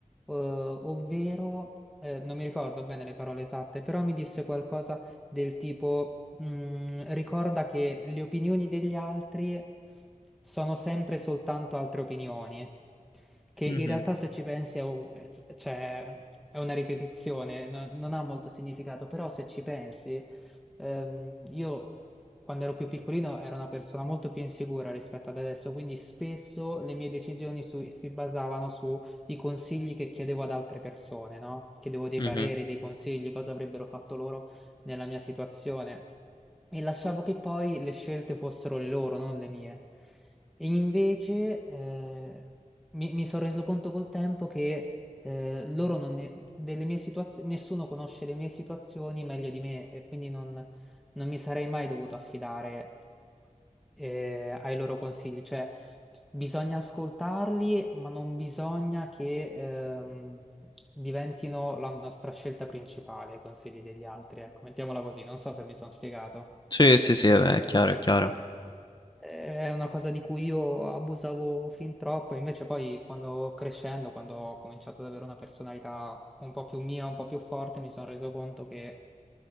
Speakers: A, in the centre; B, on the left.
A: eh, ovvero, eh, non mi ricordo bene le parole esatte, però mi disse qualcosa del tipo, mm, ricorda che le opinioni degli altri sono sempre soltanto altre opinioni che in
B: mhm,
A: realtà se ci pensi è, u- eh, cioè, è una ripetizione, no- non ha molto significato, però se ci pensi, ehm, io quando ero più piccolino ero una persona molto più insicura rispetto ad adesso, quindi spesso le mie decisioni su- si basavano sui consigli che chiedevo ad altre persone, no? Chiedevo dei
B: mhm.
A: pareri, dei consigli, cosa avrebbero fatto loro nella mia situazione e lasciavo che poi le scelte fossero le loro, non le mie. E invece eh, mi, mi sono reso conto col tempo che eh, loro non ne- delle mie situazioni, nessuno conosce le mie situazioni meglio di me e quindi non, non mi sarei mai dovuto affidare eh, ai loro consigli. Cioè, bisogna ascoltarli, ma non bisogna che ehm, diventino la nostra scelta principale, i consigli degli altri. Ecco, mettiamola così, non so se mi sono spiegato
B: Sì, sì, sì, è chiaro, è chiaro,
A: è una cosa di cui io abusavo fin troppo, invece poi quando crescendo, quando ho cominciato ad avere una personalità un po' più mia, un po' più forte, mi sono reso conto che